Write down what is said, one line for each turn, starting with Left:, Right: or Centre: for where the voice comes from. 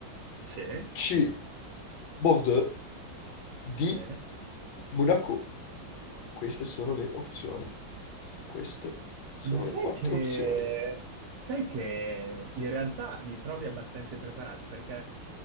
Right: sì.
Left: C. Bordeaux D.
Right: Sì.
Left: Monaco Queste sono le opzioni. Queste sono
Right: Ma sai
Left: le quattro
Right: che,
Left: opzioni.
Right: sai che in realtà mi trovi abbastanza impreparato perché